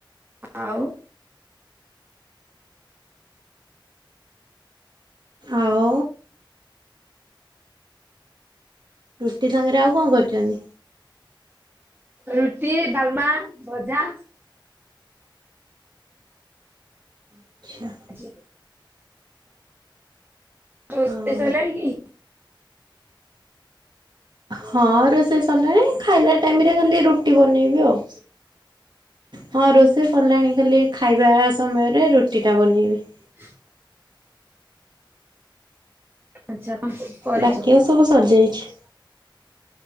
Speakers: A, on the right (about 25°); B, on the right (about 60°).
A: ଆଉ?
B: ଆଉ। ରୁଟି ସାଙ୍ଗରେ ଆଉ କଣ କରିଛନ୍ତି?
A: ରୁଟି ଡାଲମା ଭଜା।
B: ଆଚ୍ଛା
A: ଆଜି। ରୋସେଇ
B: ଆଉ
A: ସରିଲାଣୀକି?
B: ହଁ ରୋଷେଇ ସରିଲାଣି ଖାଇଲା ଟାଇରେ ଖାଲି ରୁଟି ବନେଇବି ଆଉ। ହଁ ରୋଷେଇ ସରିଲାଣି ଖାଲି ଖାଇବା ସମୟରେ ରୁଟି ଟା ବନେଇବି।
A: ହ ଆଚ୍ଛା କଣ କରିଛ?
B: ବାକି ଆଉ ସବୁ ସରିଯାଇଛି।